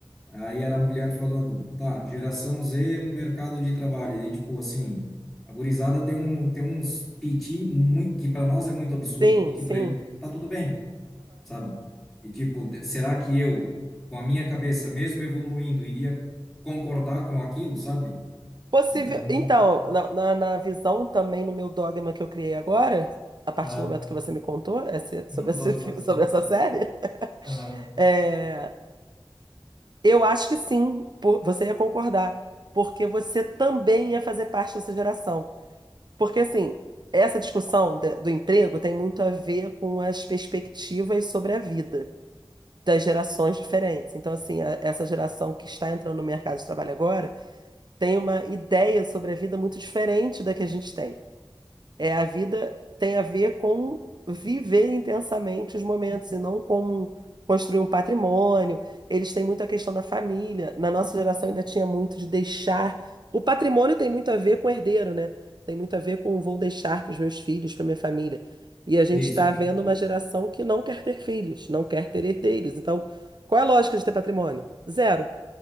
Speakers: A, in the centre; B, on the right.
A: Aí era a mulher falando, tá, geração Z no mercado de trabalho. E daí, tipo, assim, a gurizada tem, um, tem uns piti muito, que para nós é muito absurdo
B: Sim,
A: e que
B: sim.
A: para ele tá tudo bem, sabe? E, tipo, de- será que eu, com a minha cabeça, mesmo evoluindo, iria concordar com aquilo, sabe?
B: Possível.
A: Então,
B: Então, na, na, na visão também, no meu dogma que eu criei agora, a partir
A: Ah,
B: do momento que você me contou esse- sobre,
A: os
B: esse
A: dogmas
B: fi- <laughs>
A: instantâneos.
B: sobre essa série,
A: Aham.
B: é, eu acho que sim, po- você ia concordar, porque você também ia fazer parte dessa geração. Porque, assim, essa discussão de- do emprego tem muito a ver com as perspectivas sobre a vida das gerações diferentes. Então, assim, a- essa geração que está entrando no mercado de trabalho agora tem uma ideia sobre a vida muito diferente da que a gente tem. É, a vida tem a ver com viver intensamente os momentos e não com construir um patrimônio. Eles têm muito a questão da família. Na nossa geração ainda tinha muito de deixar. O patrimônio tem muito a ver com herdeiro, né? Tem muito a ver com vou deixar para os meus filhos, para minha família. E a gente
A: isso,
B: está
A: justo.
B: vendo
A: justo.
B: uma geração que não quer ter filhos, não quer ter herdeiros. Então, qual é a lógica de ter patrimônio? Zero,